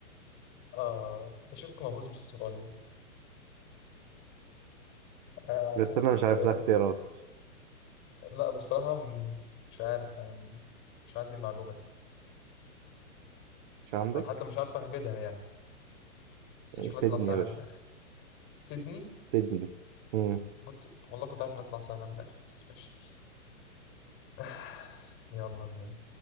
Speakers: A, on the left; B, on the right.
A: آه أنت شكلك مهووس باستراليا آه عاصمة
B: بس انا
A: استراليا
B: مش عارف لها اختيارات
A: لا بصراحة م... مش عارف أنا مش عندي المعلومة دي
B: مش عندك
A: أنا حتى مش عارف أهبدها يعني بس شكلها
B: سيدني
A: تطلع سهلة
B: يا باشا
A: في الآخر سيدني
B: سيدني مم.
A: كنت والله كنت عارف إنها تطلع سهلة في الآخر بس ماشي <sighs> يلا بينا